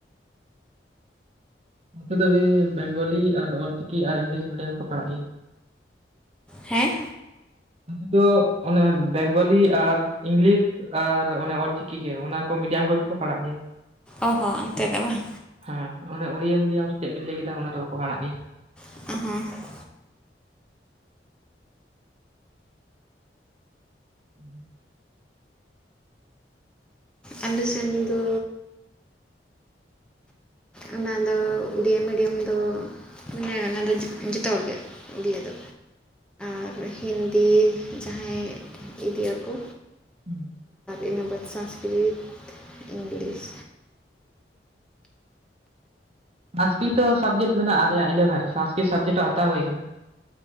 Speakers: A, on the right; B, in the centre.
A: ᱱᱚᱛᱮ ᱫᱚ ᱵᱮᱝᱜᱚᱞᱤ ᱟᱨ ᱚᱞᱪᱤᱠᱤ ᱟᱨ ᱤᱝᱞᱤᱥ ᱢᱤᱰᱤᱭᱟᱢ ᱠᱚ ᱯᱟᱲᱟᱜ ᱜᱮᱭᱟ᱾
B: ᱦᱮᱸ
A: ᱟᱯᱮ ᱫᱚ ᱚᱱᱮ ᱵᱮᱝᱜᱚᱞᱤ ᱟᱨ ᱤᱝᱞᱤᱥ᱾ ᱟᱨ ᱚᱱᱮ ᱚᱞᱪᱤᱠᱤ ᱜᱮ ᱚᱱᱟ ᱠᱚ ᱢᱤᱰᱤᱭᱟᱢ ᱠᱚᱜᱮ ᱠᱚ ᱯᱟᱲᱟᱜ ᱜᱮᱭᱟ᱾
B: ᱚ ᱦᱚᱸ ᱚᱱᱛᱮ ᱫᱚ ᱵᱟᱝ
A: ᱦᱮᱸ ᱚᱱᱮ ᱩᱲᱤᱭᱟ ᱢᱤᱰᱤᱭᱟᱢ ᱥᱮ ᱪᱮᱫ ᱵᱤᱱ ᱞᱟᱹᱭ ᱠᱮᱫᱟ ᱚᱱᱟ ᱫᱚ ᱵᱟᱠᱚ ᱯᱟᱲᱟᱜ ᱜᱮᱭᱟ᱾
B: <unintelligible>
A: <unintelligible>
B: ᱟᱞᱮ ᱥᱮᱱ ᱫᱚ᱾ ᱚᱱᱟᱫᱚ ᱩᱰᱤᱭᱟᱹ ᱢᱤᱰᱤᱭᱟᱢ ᱫᱚ᱾ ᱢᱟᱱᱮ ᱚᱱᱟ ᱫᱚ ᱡᱚ ᱡᱚᱛᱚ ᱦᱚᱲᱜᱮ ᱩᱰᱤᱭᱟᱹ ᱫᱚ᱾ ᱟᱨ ᱦᱤᱱᱫᱤ ᱡᱟᱦᱟᱸᱭ ᱤᱫᱤᱭᱟ ᱠᱚ᱾
A: ᱦᱩᱸ
B: ᱤᱱᱟᱹ ᱵᱟᱫ ᱥᱟᱥᱠᱨᱤᱛ ᱤᱝᱞᱤᱥ
A: ᱥᱟᱥᱠᱨᱤᱛᱚ ᱥᱟᱵᱽᱡᱮᱠᱴ ᱢᱮᱱᱟᱜᱼᱟ᱾ ᱟᱞᱮᱭᱟᱜ ᱤᱞᱮᱵᱷᱮᱱ ᱨᱮ ᱥᱟᱥᱠᱨᱤᱛ ᱥᱟᱵᱽᱡᱮᱠᱴ ᱦᱚᱸ ᱦᱟᱛᱟᱣ ᱦᱩᱭᱟᱠᱟᱱᱟ ᱾